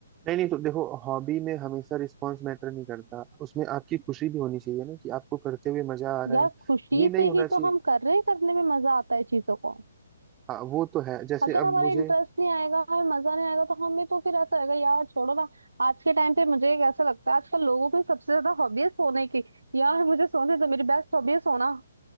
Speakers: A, on the right (about 20°); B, on the right (about 75°).
A: नहीं नहीं तो देखो हॉबी में हमेशा रिस्पॉन्स मैटर नहीं करता उसमें आपकी खुशी भी होनी चाहिए ना कि आपको करते हुए मजा आ रहा
B: यार
A: है
B: खुशी
A: ये नहीं
B: से
A: होना
B: ही
A: चाहिए
B: तो हम कर रहे हैं, करने में मजा आता है चीजों को
A: हाँ वो तो है जैसे
B: अगर
A: अब
B: हमारा
A: मुझे
B: इंटरेस्ट नहीं आएगा हमें मजा नहीं आएगा तो हमें तो फिर ऐसा रहेगा यार छोड़ो ना आज के टाइम पे मुझे कैसा लगता है आजकल लोगों की सबसे ज्यादा हॉबी है सोने की यार मुझे सोने तो मेरी बेस्ट हॉबी है सोना